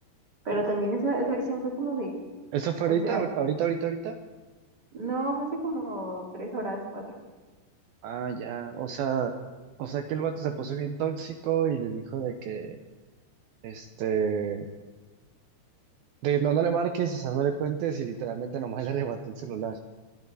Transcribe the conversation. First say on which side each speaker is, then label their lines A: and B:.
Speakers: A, on the right; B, on the right.
A: Pero también esa, esa acción fue como de,
B: ¿Eso fue
A: o
B: ahorita,
A: sea,
B: ahor- ahorita, ahorita, ahorita?
A: no, fue hace como tres horas, cuatro.
B: Ah, ya, o sea, o sea que el vato se puso bien tóxico y le dijo de que, este, de no, no le marques, o sea, no le cuentes y literalmente nomás le arrebató el celular.